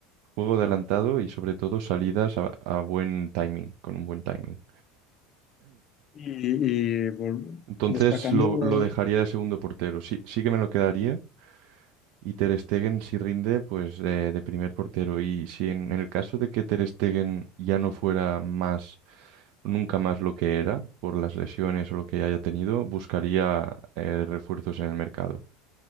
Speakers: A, on the right; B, on the left.
A: juego adelantado y sobre todo salidas a, a buen timing, con un buen timing.
B: y, y vol-
A: Entonces
B: destacando,
A: lo, lo dejaría de segundo portero. Sí, sí que me lo quedaría. Y Ter Stegen, si rinde, pues de, de primer portero. Y si en, en el caso de que Ter Stegen ya no fuera más, nunca más lo que era, por las lesiones o lo que haya tenido, buscaría eh, refuerzos en el mercado.